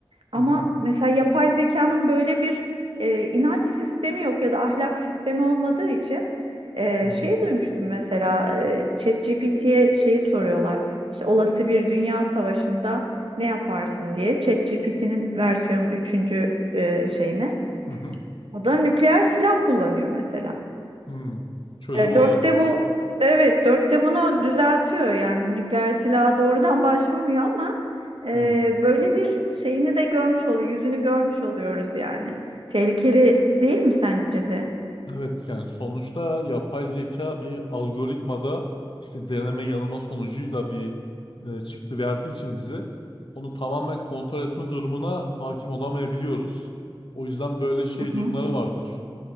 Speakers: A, on the right; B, on the left.
A: Ama
B: hı hı
A: mesela yapay zekanın böyle bir e, inanç sistemi yok ya da ahlak sistemi olmadığı için e,
B: hı hı
A: şey
B: hı.
A: duymuştum mesela e, ChatGPT'ye şeyi soruyorlar. İşte olası bir dünya savaşında ne yaparsın diye ChatGPT'nin versiyon üçüncü e, şeyine.
B: hı hı.
A: O da nükleer silah kullanıyor mesela.
B: Hmm. Çözüm
A: E,
B: olarak.
A: dörtte bu evet dörtte bunu düzeltiyor yani nükleer silaha doğrudan başvurmuyor ama e,
B: Hı.
A: böyle bir şeyini de görmüş oluyor yüzünü görmüş oluyoruz yani. Tehlikeli değil mi sence de?
B: Evet yani sonuçta yapay zeka bir algoritmada işte deneme yanılma sonucuyla bir e, çıktı verdiği için bize onu tamamen kontrol etme durumuna hakim olamayabiliyoruz. O yüzden böyle şey
A: Hı.
B: durumları vardır